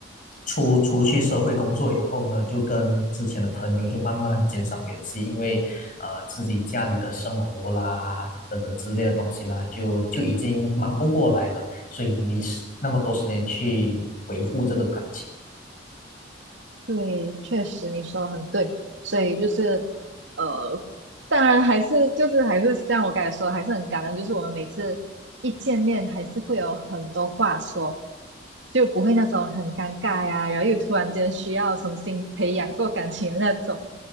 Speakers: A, on the left; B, on the right.
A: 出出去社会工作以后呢，就跟之前的朋友就慢慢减少联系，因为呃自己家里的生活啦等等之类的东西啦，就就已经忙不过来了。所以没时那么多时间去维护这个感情。
B: 对，确实你说的很对，所以就是呃，当然还是就是还是像我刚才说的，还是很感恩，就是我们每次一见面还是会有很多话说，就不会那种很尴尬呀，然后又突然间需要重新培养过感情的那种。